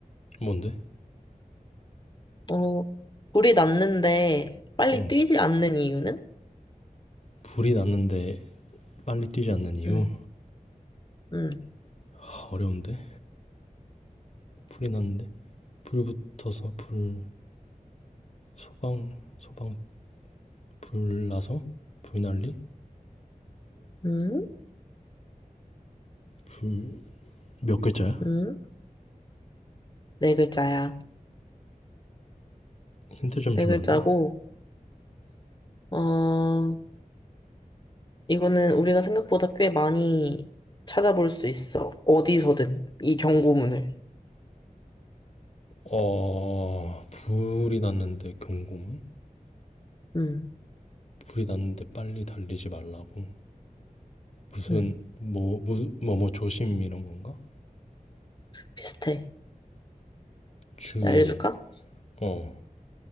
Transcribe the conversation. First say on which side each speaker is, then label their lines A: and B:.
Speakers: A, on the left; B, on the left.
A: 뭔데?
B: 어, 불이 났는데 빨리
A: 음,
B: 뛰지 않는 이유는?
A: 불이 났는데 빨리 뛰지 않는 이유?
B: 음, 음,
A: 하, 어려운데? 불이 났는데 불 붙어서 불 소방 소방 불 나서 불 난리
B: 음,
A: 물 불 몇 글자야?
B: 음. 네 글자야.
A: 힌트 좀
B: 네
A: 주면
B: 글자고,
A: 안 돼?
B: 어, 이거는 우리가 생각보다 꽤 많이 찾아볼 수 있어. 어디서든. 이 경고문을.
A: 어 불이 났는데 경고문
B: 음,
A: 불이 났는데 빨리 달리지 말라고 무슨
B: 음.
A: 뭐뭐뭐 뭐, 뭐 조심 이런 건가?
B: 비슷해.
A: 주의
B: 내가 알려줄까?
A: 어아